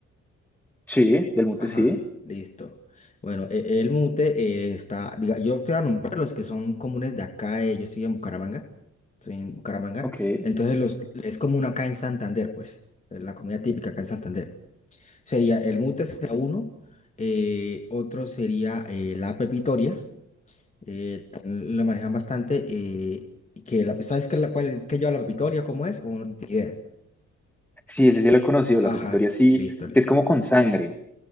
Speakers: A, in the centre; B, on the left.
A: Sí, del mute
B: Ajá,
A: sí.
B: listo. Bueno, e- el mute eh, está, diga, yo te voy a nombrar los que son comunes de acá, eh, yo estoy en Bucaramanga, estoy en Bucaramanga.
A: Ok.
B: Entonces, los, es común acá en Santander, pues, es la comida típica acá en Santander. Sería el MUTES a uno, eh, otro sería eh, la app Vitoria, eh, también la manejan bastante, eh, que la, ¿sabes qué, la, cuál, qué lleva la app Vitoria? ¿Cómo es? ¿O no tienes idea?
A: Sí, ese sí lo he conocido,
B: Ajá,
A: la pepitoria sí,
B: listo, listo.
A: que es como con sangre.